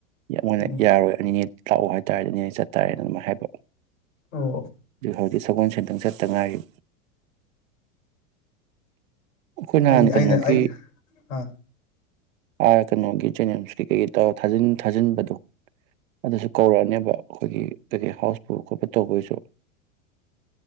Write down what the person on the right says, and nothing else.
ꯃꯣꯏꯅ
ꯌꯥꯔꯣꯏ ꯑꯅꯤꯅꯤꯠ ꯂꯥꯛꯎ ꯍꯥꯏꯇꯥꯔꯗꯤꯅꯦ ꯆꯠꯇꯥꯥꯔꯦꯅ ꯑꯗꯨꯃꯥꯏ ꯍꯥꯏꯕ
ꯑꯗꯨ ꯍꯧꯗꯤ ꯁꯒꯣꯜꯁꯦꯟꯇ꯭ꯪ ꯆꯠꯇ ꯉꯥꯏꯔꯤ ꯑꯩꯈꯣꯏ ꯅꯍꯥꯟ
ꯀꯩꯅꯣꯒꯤ
ꯑ ꯥ ꯀꯩꯅꯣꯒꯤ ꯖꯦꯅꯤꯝꯁ ꯀꯩ ꯀꯩꯀꯩ ꯇꯧ ꯊꯥꯖꯤꯟ ꯊꯥꯖꯤꯟꯕꯗꯣ ꯑꯗꯨꯁꯨ ꯀꯧꯔꯛꯑꯅꯦꯕ ꯑꯩꯈꯣꯏꯒꯤ ꯇꯒꯤ ꯍꯥꯎꯁꯄꯨ ꯈꯣꯄ ꯇꯧꯕꯒꯤꯁꯨ